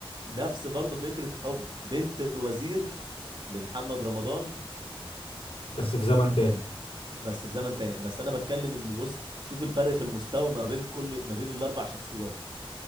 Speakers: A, on the right; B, on the left.
A: نفس برضه فكرة حب بنت الوزير لمحمد رمضان
B: بس في زمن تاني
A: بس في زمن تاني بس انا بتكلم ان بص شوف الفرق في المستوى ما بين كل ما بين الاربع شخصيات